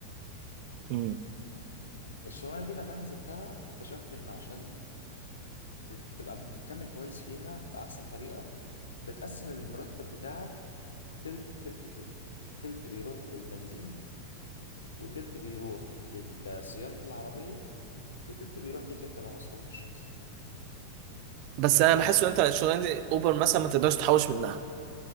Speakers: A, on the right; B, on the left.
A: امم
B: فالشغلانه دي لما انا نزلتها اكتشفت ان عشان ت- ت- تبقى مكمل كويس فيها باحسن طريقه بتقسم المرتب بتاعك تلت تلت تلت تلت بيروح للبنزين وتلت بيروح لصيانه العربيه وتلت بيروح ليك انت بقى مصروفك الشخصي
A: بس انا بحس ان انت الشغلانة دي اوبر مثلا ما تقدرش تحوش منها